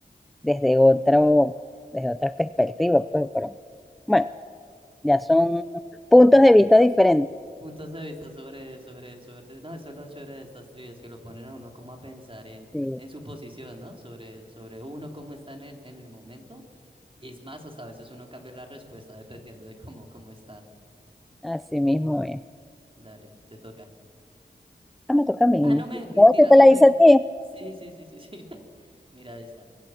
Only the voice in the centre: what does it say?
desde otro, desde otra perspectiva, pues, pero, bueno, ya son puntos de vista diferentes.
Sí,
así mismo es.
Ah, me toca a mí.
No, yo te la
hice
a ti.